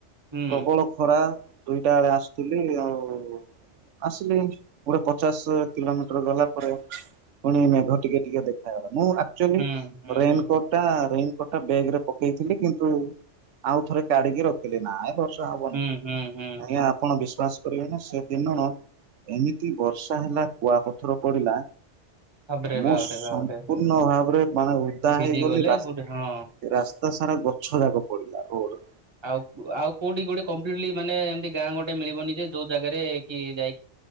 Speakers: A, on the right; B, on the right.
A: ହୁଁ।
B: ପ୍ରବଳ ଖରା ଦୁଇଟା ବେଳେ ଆସୁଥିଲି ଆଉ ଆସିଲି ଗୋଟେ ପଚାଶ କିଲୋମିଟର ଗଲା ପରେ ପୁଣି ମେଘ ଟିକେ ଟିକେ ଦେଖାଗଲା ମୁଁ ଆକଚୁଆଲି
A: ହୁଁ ହୁଁ
B: ରେନକୋଟ
A: ହୁଁ
B: ଟା ରେନ ଗୋଟେ ବ୍ୟାଗ ରେ ପକେଇଥିଲି କିନ୍ତୁ ଆଉ ଥରେ କାଢିକି ରଖିଲି ନାଇଁ। ବର୍ଷା ହବନି
A: ହୁଁ ହୁଁ ହୁଁ
B: ଆଜ୍ଞା ଆପଣ ବିଶ୍ଵାସ ସେ ଦିନ ଏମିତି ବର୍ଷା ହେଲା କୁଆପଥର ପଡିଲା,
A: ବାବରେ
B: ମୁଁ
A: ବାବରେ
B: ସମ୍ପୂର୍ଣ୍ଣ
A: ବାବରେ
B: ଭାବରେ ମାନେ ଉଧା
A: ଭିଜି
B: ହେଇଗଲି
A: ଗଲେ
B: ରାସ
A: ପୁଣି ହଁ।
B: ତ ସାରା ଗଛ ଯାକ ପଡିଲା ରୋଡରେ
A: ଆଉ ଆଉ କୋଉଠି ଗୋଟେ କମ୍ପ୍ଟଲି ମାନେ ଏମତି ଗାଁ ଗୋଟେ ମିଳିବନି ଯେ ଯୋଉ ଜାଗାରେ କି ଯାଇ